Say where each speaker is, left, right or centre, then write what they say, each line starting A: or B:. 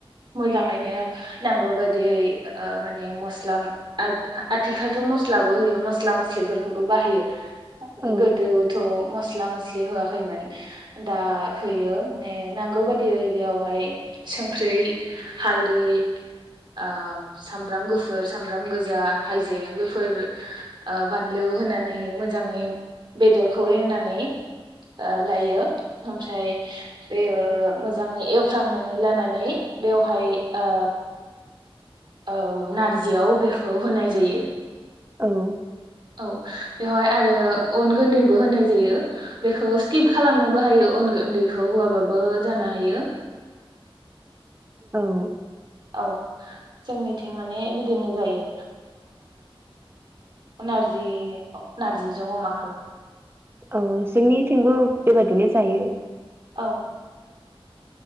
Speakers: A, on the right; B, on the right.
A: मोजाङैनो नांगौ बायदियै माने मस्ला आथिखालथ' मसलाबो होयो मसला मसलिफोरखौबो बाहायो।
B: औ
A: गोदोथ' मस्ला मस्लि होआखैमोन। दा होयो मे नांगौ बादियै बेयावहाय संख्रि हालदै। ओ सामब्राम गुफुर, सामब्राम गोजा, हाइजें बेफोर बानलु। होनानै मोजाङै बेदरखौ एवनानै लायो ओमफ्राय बे ओ मोजाङै एवफ्रामनानै लानानै बेवहाय ओ
B: <inaudible>
A: औ नारजियाव बेखौ होनाय जायो।
B: औ।
A: औ। बेवहाय आरो अन गुन्दैबो होनाय जायो बेखौ स्किप खालामनोबो हायो। अनगुन्दैखौ होवाबाबो जानो हायो।
B: औ।
A: औ जोंनिथिं माने बिदिनो जायो। ओ नारजि नारजिजों अमाखो
B: औ जोंनि थिंबो बेबायदिनो जायो।
A: औ।